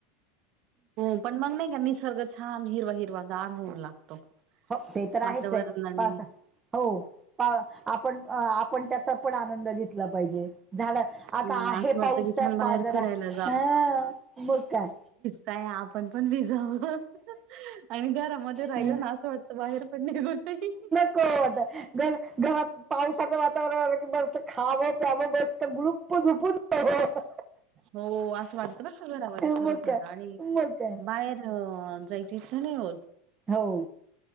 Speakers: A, on the right; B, on the right.
A: हो पण मग नाही का निसर्ग छान हिरवा हिरवा गार होऊ लागतो
B: हो, ते तर आहेच
A: वातावरणाने
B: आहे पावसा हो. आपण आपण त्याचा पण आनंद घेतला पाहिजे. झालं आता
A: हा
B: आहे
A: असं वाटतं
B: पाऊस
A: की
B: का,
A: छान बाहेर
B: पा जरा
A: फिरायला
B: हां मग काय.
A: काय आपण पण भिजावं. आणि घरामध्ये राहिलं
B: हम्
A: ना, असं वाटतं बाहेर पण <unintelligible>
B: नको वाटत घर- घरात पावसाचं वातावरण आलं की बसत. खावं प्यावं बसत गुळुप्प झुपून जावं.
A: हो असं वाटतं बर का, घरामध्ये खरोखर
B: मग काय
A: आणि
B: मग काय
A: बाहेर, अ... जायची इच्छा नाही होत.
B: हो.